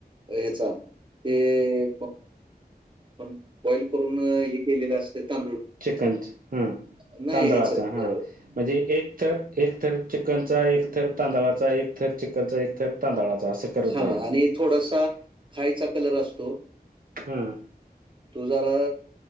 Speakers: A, on the right; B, on the right.
A: ह्याचा ते पण बॉइल करून हे केलेलं असत तांदूळ
B: चिकनच ह
A: नाही
B: तांदळाच
A: ह्याचं अ,
B: हां म्हणजे एक थर, एक थर चिकनचा एक थर तांदळाचा एक थर चिकनचा एक थर तांदळाचा असं करत
A: हा
B: जायचं.
A: आणि थोडासा खायचा कलर असतो
B: हम्म
A: तू जरा